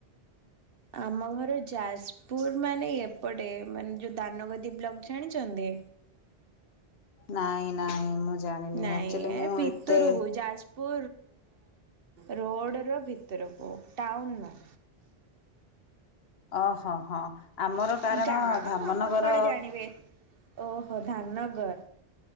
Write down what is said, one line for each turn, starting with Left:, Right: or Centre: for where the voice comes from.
Right: ଆମ ଘର ଯାଜପୁର ମାନେ ଏପଟେ ମାନେ ଯେଉଁ ଦାନଗଦି ବ୍ଲକ ଜାଣିଛନ୍ତି
Left: ନାଇଁ ନାଇଁ ମୁଁ ଜାଣିନି
Right: ନାଇଁ
Left: ଆକ୍ଚୁଆଲି
Right: ଏ
Left: ମୁଁ
Right: ଭିତରୁ
Left: ଏତେ
Right: ହହୁ ଯାଜ ପୁ ରୋଡ଼ର ଭିତରକୁୁଅ ଟାଉନ
Left: ଓହୋ ହଁ ଆମର
Right: ନୁହଁ
Left: କାରଣ
Right: ଗାଁ
Left: ଧାମନଗର
Right: ଆପଣ କୁଆଡେ ଜାଣିବେ? ଓହୋ ଧାମନଗର